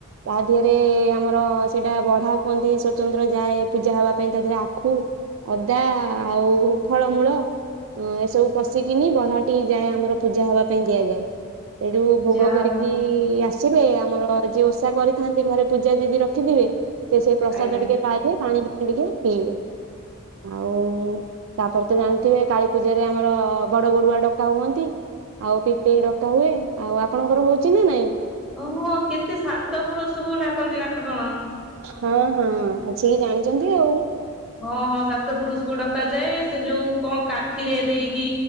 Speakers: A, on the right (about 70°); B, in the centre.
A: ତା ଦେହରେ ଆମର ସେଟା ବଢା କୁହନ୍ତି ସ୍ଵତନ୍ତ୍ର ଯାଏ ପୂଜା ହବା ପାଇଁ ତା ଦେହରେ ଆଖୁ ଅଦା ଆଉ ଫଳମୂଳ ଏସବୁ ପଶିକିନି ବଢା ଠ ଯାଏ ଆମର ପୂଜା ହବା ପାଇଁ ଦିଆଯାଏ ସେଠୁ ଭୋଗ
B: ଯାହା
A: କରିକି
B: ହଉ
A: ଆସିଲେ ଆମର ଯିଏ ଓଷା କରିଥାନ୍ତି ଘରେ ପୂଜା ଯଦି ରଖିଥିବେ ସେ ସେଇ ପ୍ରସାଦ
B: ଆଜ୍ଞା।
A: ଟିକେ ପାଇବେ। ପାଣି ପାଣି ଟିକେ ପିଇବେ। ଆଉ ତାପରେ ତ ଜାଣିଥିବେ କାଳୀ ପୂଜାରେ ଆମର ବଡ ବଡୁଆ ଡ ଡକା ହୁଅନ୍ତି ଆଉ ପିପେଇ ଡକା ହୁଏ ଆଉ ଆପଣଙ୍କର ହଉଛି ନା ନାଇଁ?
B: ଓହୋ କେତେ ସାତ ପୁରୁଷକୁୁ ଡାକନ୍ତି ନା କଣ?
A: ହଁ-ହଁ ଆସିକି ଜାଣିଛନ୍ତି ଆଉ।
B: ହଁ-ହଁ ସାତ ପୁରୁଷକୁ ଡକାଯାଏ ସେ ଯୋଉ କଣ କାଠିରେ ଦେଇକି